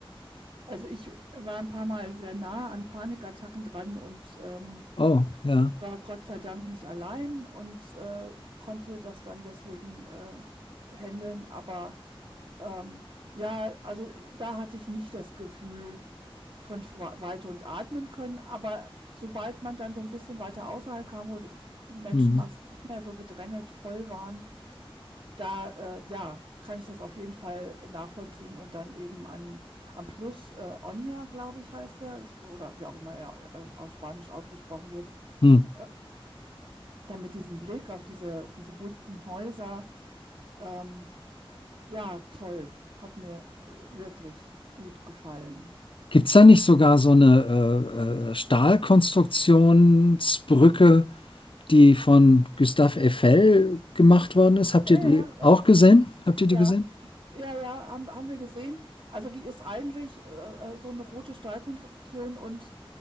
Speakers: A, on the right; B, on the left.
A: also ich war ein paar Mal sehr nah an Panikattacken dran und ähm,
B: Oh, ja.
A: war Gott sei Dank nicht allein und äh, konnte das dann deswegen äh, handeln, aber ähm, ja, also äh, da hatte ich nicht das Gefühl von wa- Weite und atmen können, aber sobald man dann so ein bisschen weiter außerhalb kam, wo die Menschenmassen
B: Hm.
A: nicht mehr so gedrängelt voll waren, da, äh, ja, kann ich das auf jeden Fall nachvollziehen und dann eben an am Plus, äh, Oña, glaube ich, heißt der, ich oder wie auch immer er, äh, auf Spanisch ausgesprochen wird,
B: Hm.
A: äh, dann mit diesem Blick auf diese diese bunten Häuser, ähm Ja, toll. Hat mir äh, wirklich gut gefallen.
B: Gibt es da nicht sogar so eine äh, äh, Stahlkonstruktionsbrücke, die von Gustave Eiffel gemacht worden ist? Habt
A: Ja,
B: ihr
A: ja,
B: die
A: ja,
B: auch
A: ja.
B: gesehen? Habt ihr die
A: Ja,
B: gesehen?
A: ja, ja, haben haben wir gesehen. Also, die ist eigentlich, äh, äh, so eine rote Stahlkonstruktion und,